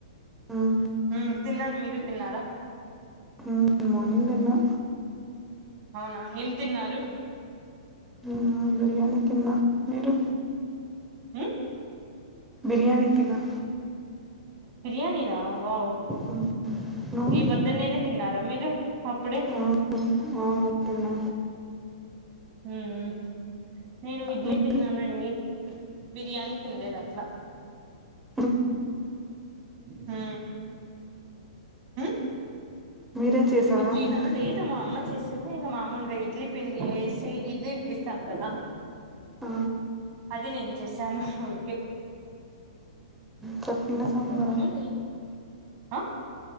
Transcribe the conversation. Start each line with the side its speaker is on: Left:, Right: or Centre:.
Centre: మ్మ్.
Right: మ్ తిన్నాను మీరు తిన్నారా
Centre: మ్మ్. మార్నింగ్ తిన్నా
Right: అవునా ఏం తిన్నారు
Centre: నేనా బి మ్ తిన్న మీరు
Right: ఉమ్
Centre: బిర్యానీ తిన్న
Right: బిర్యానీనా వావ్
Centre: మ్మ్. నువ్వు
Right: ఈ పద్దునేనే తిన్నారా మీరు అప్పుడే
Centre: ఆ, ఆ, తిన్నా
Right: హ్మ్ నేను ఇడ్లీ
Centre: మీరు
Right: తిన్నానండి బిర్యానీ తిన్లేదు అట్లా
Centre: ప్ర
Right: హూ హు
Centre: మీరే చేశారా
Right: ఇడ్లీనా
Centre: అంటే
Right: లేదు మా అమ్మ చేస్ సింది ఇంకా మామూలుగా ఇడ్లీ పిండి వేసి ఇడ్లీలు తీస్తాం కదా
Centre: ఆ
Right: అది నేను చేసాను ఊరికే
Centre: చట్నీ నా సాంబార
Right: ఇంకా మామూలు ఆ